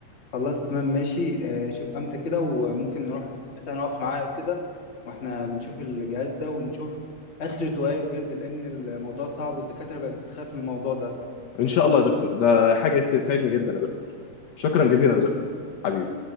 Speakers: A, on the left; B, on the left.
A: خلاص تمام ماشي آه، شوف امتى كده وممكن نروح مثلا نقف معايا وكده واحنا بنشوف الجهاز ده ونشوف اخرته ايه بجد لان الموضوع صعب والدكاتره بقت بتخاف من الموضوع ده
B: ان شاء الله يا دكتور ده حاجه تسعدني جدا يا دكتور شكرا
A: ماشي
B: جزيلا يا دكتور حبيبي